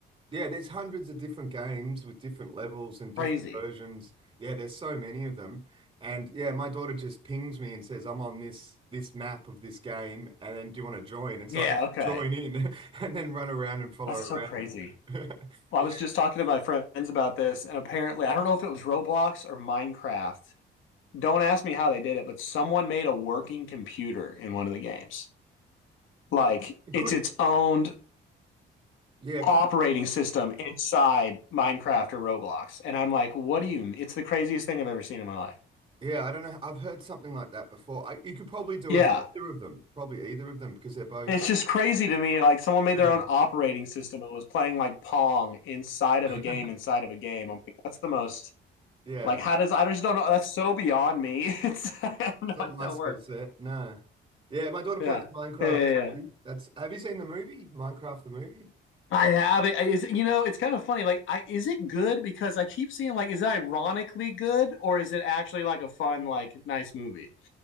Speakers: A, on the right (about 25°); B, on the left (about 85°).
A: Yeah, there's hundreds of different games with different levels and different
B: Crazy.
A: versions. Yeah, there's so many of them. And yeah, my daughter just pings me and says, I'm on this this map of this game, and then do you want to join? And
B: Yeah,
A: so I <laughs> have to
B: okay.
A: join in <laughs> and then run around and follow
B: That's
A: around.
B: so crazy.
A: <laughs>
B: Well,
A: Yeah,
B: I was just talking to my friends about this, and apparently, I don't know if it was Roblox or Minecraft. Don't ask me how they did it, but someone made a working computer in one of the games. Like
A: it
B: it's
A: could
B: its own
A: yeah, it
B: operating
A: could
B: system inside Minecraft or Roblox. And I'm like, what do you mean? it's the craziest thing I've ever seen in my life.
A: yeah, I don't know. I've heard something like that before. I, you could probably do
B: Yeah.
A: an either of them, probably either of them because they're both
B: It's just crazy to me. Like someone made
A: yeah.
B: their own operating system and was playing like Pong inside
A: <laughs>
B: of a game inside of a game. I'm like, that's the most
A: Yeah.
B: like how does I just don't know that's so beyond me. <laughs> It's I'm not
A: It's not my
B: that
A: skill
B: work.
A: set. No. Yeah, my daughter
B: Yeah.
A: plays Minecraft
B: Yeah, yeah, yeah.
A: too. That's have you seen the movie? Minecraft the movie?
B: I have it. Is it, you know, it's kind of funny. Like, I is it good? Because I keep seeing like, is it ironically good or is it actually like a fun, like nice movie?